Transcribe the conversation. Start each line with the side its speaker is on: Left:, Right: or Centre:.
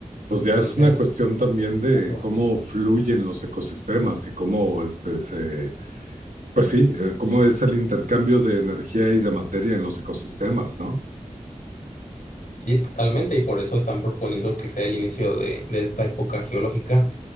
Right: Pues
Left: Entonces,
Right: ya es una cuestión también de
Left: claro,
Right: cómo fluyen los ecosistemas y cómo este se Pues sí, eh, cómo es el intercambio de energía y de materia en los ecosistemas, ¿no?
Left: sí, totalmente, y por eso están proponiendo que sea el inicio de, de esta época geológica,